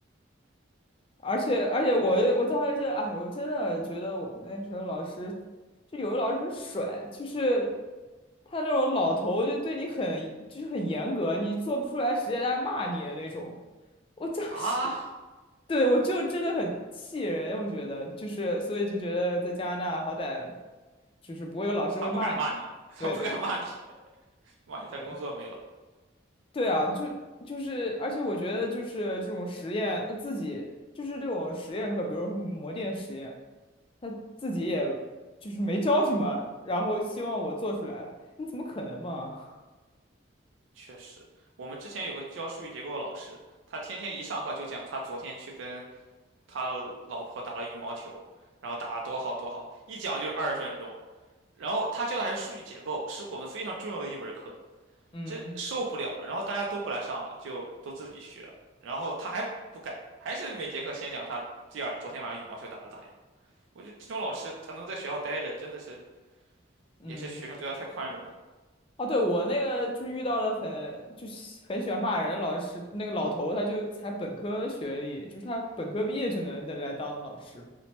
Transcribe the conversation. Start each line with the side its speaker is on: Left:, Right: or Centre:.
Left: 而且而且我我当时就哎，我真的觉得我们那时候老师，就有的老师很甩，就是他那种老头就对你很就是很严格，你做不出来实验他还骂你的那种。我当时
Right: 啊，
Left: <laughs> 对我就真的很气人，我觉得就是所以就觉得在加拿大好歹就是不会有老师会骂你。
Right: 他不敢骂你，他不敢骂你，
Left: 对对对
Right: 骂你他工作没了。
Left: 对。对啊，就就是，而且我觉得就是这种实验，那自己就是这种实验课，比如说模电实验，他自己也就是没教什么，然后希望我做出来，你怎么可能嘛？
Right: 确实，我们之前有个教数据结构的老师，他天天一上课就讲他昨天去跟他老婆打了羽毛球，然后打得多好多好，一讲就是二十分钟。然后他教的还是数据结构，是我们非常重要的一门课，
Left: <laughs> 嗯
Right: 这受不了。然后大家都不来上了，就都自己学。然后他还不改，还是每节课先讲他第二昨天晚上羽毛球打得咋样。我觉得这种老师他能在学校待着，真的是
Left: 嗯，
Right: 也是学生对他太宽容了。
Left: 哦，对，我那个就遇到了很就是很喜欢骂人的老师，那个老头他就才本科学历，就是他本科毕业就能来当老师，